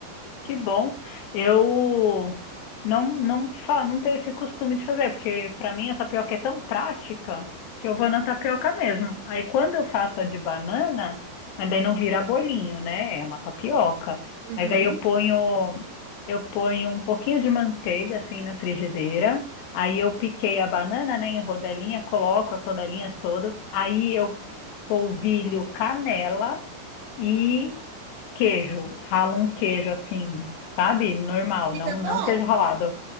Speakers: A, on the left (about 65°); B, on the right (about 80°).
A: Que bom. Eu não não fa não tenho esse costume de fazer, porque para mim a tapioca é tão prática que eu vou na tapioca mesmo. Aí quando eu faço a de banana, mas daí não vira bolinho, né? É uma tapioca.
B: Uhum.
A: Mas aí eu ponho eu ponho um pouquinho de manteiga assim na frigideira. Aí eu piquei a banana, né, em rodelinha, coloco as rodelinhas todas. Aí eu polvilho canela e Queijo, rala um queijo assim, sabe? Normal,
B: Fica
A: não,
B: bom?
A: não queijo ralado.